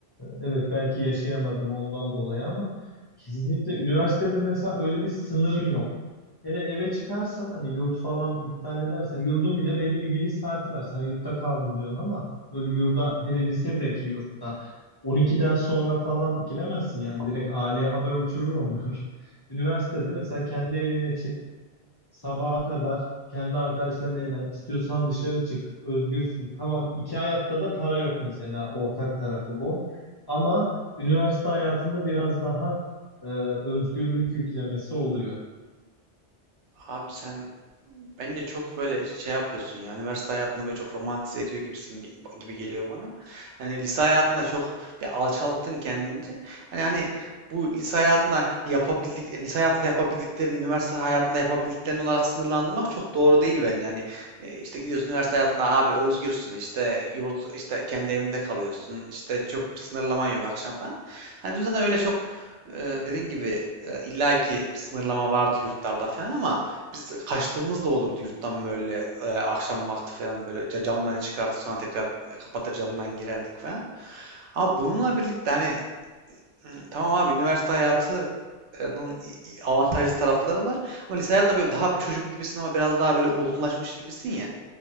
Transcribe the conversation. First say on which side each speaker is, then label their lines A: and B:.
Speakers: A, on the left; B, on the right.
A: evet belki yaşayamadım ondan dolayı ama kesinlikle üniversitede mesela öyle bir sınırın yok. Hele eve çıkarsan hani yurt falan iptal edersen yurdun bile belli bir giriş saati var. Sen yurtta kaldım diyorsun ama Öyle yurda hele lisedeki yurtta 12'den sonra falan giremezsin yani direkt aileye haber uçurur onlar. <laughs> Üniversitede mesela kendi evine çık sabaha kadar kendi arkadaşlarına eğlen istiyorsan dışarı çık özgürsün. Tamam iki hayatta da para yok mesela ortak tarafı bu. Ama üniversite hayatında biraz daha e, özgürlük yüklemesi oluyor.
B: Abi sen Bence çok böyle şey yapıyorsun ya üniversite hayatını böyle çok romantize ediyor gibisin ge- gibi geliyor bana. Hani lise hayatında çok bir alçalttın kendince. Hani hani bu lise hayatında yapabildik lise hayatında yapabildiklerini üniversite hayatında yapabildiklerini olarak sınırlandırmak çok doğru değil bence. Hani e, işte gidiyorsun üniversite hayatında abi özgürsün işte yurt işte kendi evinde kalıyorsun işte çok bir sınırlaman yok akşam falan. Hani bizim zaten öyle çok e, dediğin gibi e, illaki bir sınırlama vardı yurtlarda falan ama biz kaçtığımız da olurdu yurttan böyle e, akşam vakti falan böyle ca- camdan çıkardık sonra tekrar e, kapatır camdan girerdik falan. Ama bununla birlikte hani hı, tamam abi üniversite hayatının i- i- avantajlı tarafları var. Ama lise hayatında böyle daha bir çocuk gibisin ama biraz daha böyle olgunlaşmış gibisin ya.